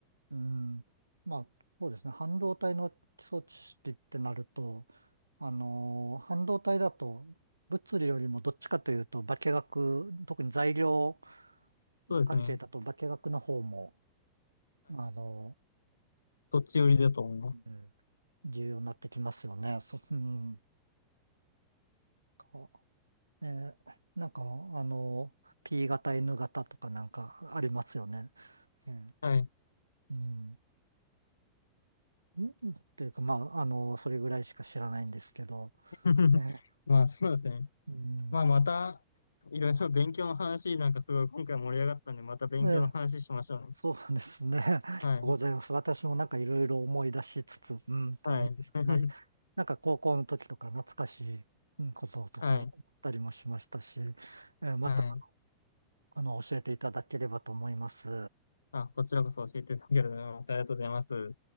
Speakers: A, on the right (about 80°); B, on the left (about 75°).
A: うんまあ、そうですね。半導体の装置式ってなると、あのー半導体だと、物理よりもどっちかというと、化学、特に材料
B: そうですね。
A: 関係だと化学の方も、
B: はい。
A: あの
B: そっち寄りだと思います。
A: ーうん重要になってきますよね。そう、うん。かえーなんか、あのー P 型、N 型とかなんかありますよね。えー
B: はい。
A: うん。んっていうか、まあ、あの、それぐらいしか知らないんですけど、
B: <laughs>
A: ええ、
B: まあそうですね。
A: うん、
B: まあまた、いろいろ勉強の話なんかすごい今回盛り上がったんで、また勉強の話しましょうね。
A: ええ、そうですね。<laughs> ありがとうございます。
B: はい。
A: 私もなんかいろいろ思い出しつつ、うん、っていうんですか、
B: はい。<laughs>
A: まあ、なんか高校の時とか懐かしいうんこととか思ったりもしましたし、
B: はい。
A: ええまた、
B: はい。
A: あの、教えていただければと思います。
B: あ、こちらこそ教えていただけると思います。ありがとうございます。